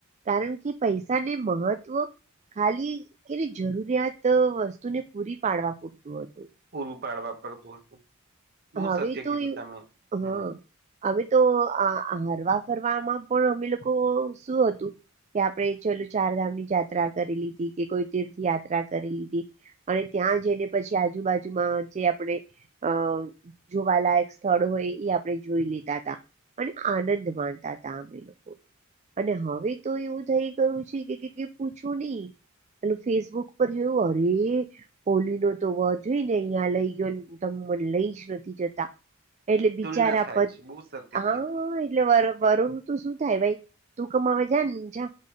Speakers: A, on the right; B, on the right.
A: કારણ કે પૈસા ને મહત્વ ખાલી કેલી જરૂરિયાત વસ્તુને પૂરી પાડવા પૂરતું હતું
B: પૂરું પાડવા પડતું હતું બહુ
A: હવે
B: સત્ય
A: તો
B: કીધું
A: એ
B: તમે
A: હા
B: હમ
A: અમે તો આ હરવા ફરવામાં પણ અમે લોકો શું હતું કે આપણે ચાલું ચારધામની યાત્રા કરી લીધી કે કોઈ તીર્થ યાત્રા કરી લીધી અને ત્યાં જઈને પછી આજુબાજુમાં જે આપડણે અ જોવાલાયક સ્થળ હોય એ આપણે જોઈ લેતા તા અને આનંદ માનતા હતા અમે લોકો અને હવે તો એવું થઈ ગયું છે કે પૂછું નહી પેલું ફેસબુક પર જોયું એ પોલી નો તો વ જોઈ ને અહિયાં લઈ ગયો તમ મને લઈ જ જતા એટલે બિચારા
B: તુલના થાય
A: પર
B: છે બહુ સત્ય
A: હા
B: કીધું
A: એટલે વારંવાર તો શું થાય ભાઈ તું કમાવા જને ને જા